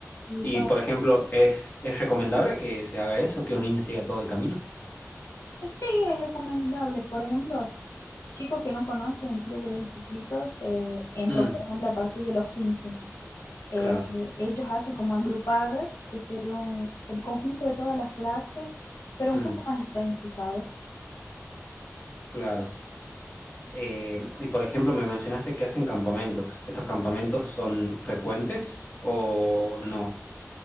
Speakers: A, on the left; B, on the left.
A: y
B: Y,
A: todo.
B: por ejemplo, ¿es, es recomendable que se haga eso, que un niño siga todo el camino?
A: Eh, Sí, es recomendable, por ejemplo. Chicos que no conocen club desde chiquitos eh, entran,
B: Mm,
A: por ejemplo, a partir de los quince Eh,
B: claro,
A: ellos hacen como agrupadas, que sería un- el conjunto de todas las clases, pero un
B: mm,
A: poco más extenso, ¿sabes?
B: claro. Eh, y, por ejemplo, me mencionaste que hacen campamentos. ¿Estos campamentos son frecuentes o no?